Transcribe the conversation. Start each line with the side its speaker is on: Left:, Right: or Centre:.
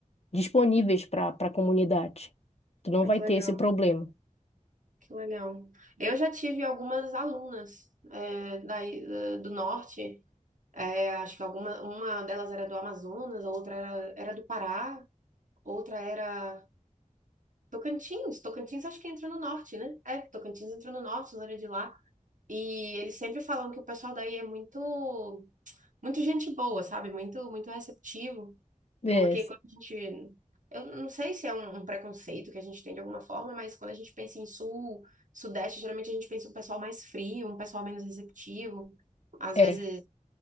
Left: disponíveis para para a comunidade. Tu não
Right: ai,
Left: vai
Right: que
Left: ter
Right: legal,
Left: esse problema.
Right: que legal. Eu já tive algumas alunas é, daí, da- do norte, é, acho que alguma, uma delas era do Amazonas, a outra era, era do Pará, outra era. Tocantins, Tocantins acho que entra no norte, né? É, Tocantins entra no norte, na área de lá. E eles sempre falam que o pessoal daí é muito, muito gente boa, sabe? Muito, muito receptivo.
Left: É,
Right: Porque quando a gente, eu não sei se é um, um preconceito que a gente tem de alguma forma, mas quando a gente pensa em sul, sudeste, geralmente a gente pensa em um pessoal mais frio, um pessoal menos receptivo. Às
Left: é.
Right: vezes,